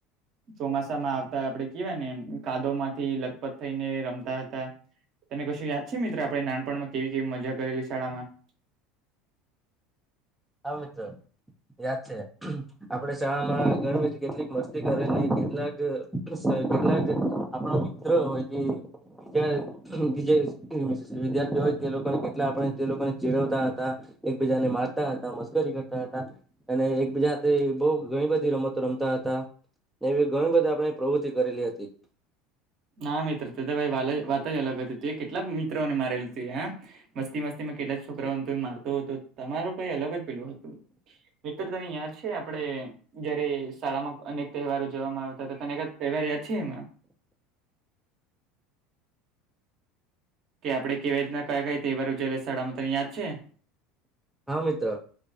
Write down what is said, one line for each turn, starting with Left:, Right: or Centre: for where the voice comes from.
Right: ચોમાસા માં આવતા આપડે કેવાય ને કાદો માંથી લથપથ થઈને રમતા હતા. તને કશું યાદ છે મિત્રો આપણે નાનપણમાં કેવી કેવી મજા કરેલી શાળામાં?
Centre: હા મિત્ર યાદ છે. આપે શાળામાં ગણેશજી કેટલીક મસ્તી કરેલી કેટલાક કેટલાક આપણ મિત્ર હોય છે. જ બ જે વિદ્યાર્થી હોય તે લોકોને કેટલા આપણે તે લોકોને ચીડવતા હતા. એકબીજાને માર હતા મશકરી કરતા હતા અને એક બીજા બહ ઘણી બધી રમતો રમતા હતા. ને એવી ઘણી બધી આપણે પ્રવૃતિ કરેલી હતી.
Right: હા મિત્ર ત તોઈ વા વાત જ અલગ હતી હતી એ કેટલાક મિત્રો ને મારેલું તું હ મસ્તી મસ્તીમાં કેટલા જ છોકરાઓ તો મારતો હતો તમાર કઈ અલગ જ પેલું હતું. મતરતાની યાદ છે આપડણે જયારે શાળામાં અનેક તહેવારો જવામાં આવતા અનેક જ તહેવાર યાદ છે એમાં કે આપડે કેવી રીતના કયા કઈ તેવારું જેય સથળામાં તને યાદ છે.
Centre: હા મિત્ર